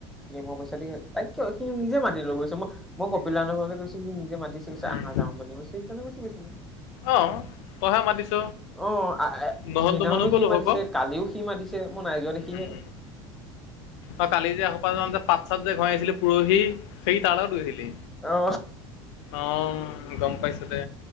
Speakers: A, in the centre; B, on the left.
A: গেমৰ পইচা দি, তাই কিয় সি নিজে মাতি লৈ গৈছে মোক মই কপিলাহন্তৰ ঘৰলৈ গৈছিলো, সি নিজে মাতিছে। কৈছে
B: উম,
A: আহা যাও বুলি কৈছে সেইকাণে মই গুচি গৈছো।
B: অ তইহে মাতিছ।
A: অ আ-আ
B: নহ'লতো
A: সেইদিনাখনো
B: মই নগ'লো
A: সি মাতিছে,
B: হক।
A: কালিও সি মাতিছে, মই নাই যোৱা দেখিহে।
B: উম, অ কালি যে এসোপা যে পাত চাত যে ভৰাই আছিলি পৰহি। সেই তা লগত গৈছিলি।
A: অ
B: অ গম পাইছো দে।